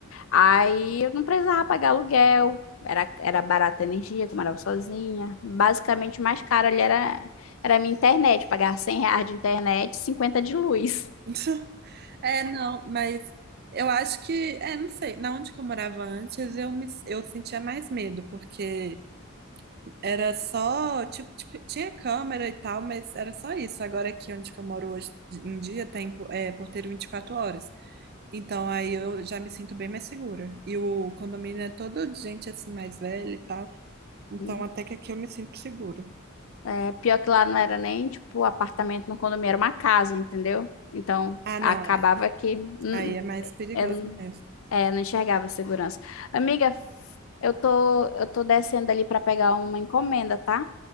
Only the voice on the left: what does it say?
Aí eu não precisava pagar aluguel, era, era barata a energia, que eu morava sozinha. Basicamente, o mais caro ali era, era a minha internet, pagar 100 reais de internet, 50 de luz.
Hum.
É, pior que lá não era nem, tipo, apartamento no condomínio, era uma casa, entendeu? Então,
acabava
que hum,
hum,
eu não-
é, não enxergava segurança. Amiga, eu tô, eu tô descendo ali para pegar uma encomenda, tá?